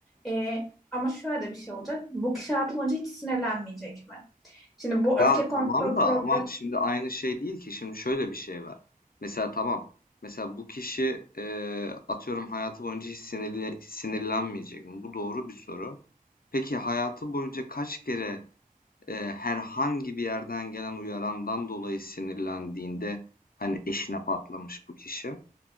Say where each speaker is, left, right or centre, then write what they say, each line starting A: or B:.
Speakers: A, in the centre; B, on the left (about 80°).
A: Ee, ama şöyle de bir şey olacak. Bu kişi hayatı boyunca hiç sinirlenmeyecek mi? Şimdi bu
B: Ya
A: öfke kontrol
B: tamam da
A: problemi
B: ama şimdi aynı şey değil ki. Şimdi şöyle bir şey var. Mesela tamam. Mesela bu kişi eee, atıyorum hayatı boyunca hiç sinirli, sinirlenmeyecek mi? Bu doğru bir soru. Peki hayatı boyunca kaç kere eee, herhangi bir yerden gelen uyarandan dolayı sinirlendiğinde hani eşine patlamış bu kişi?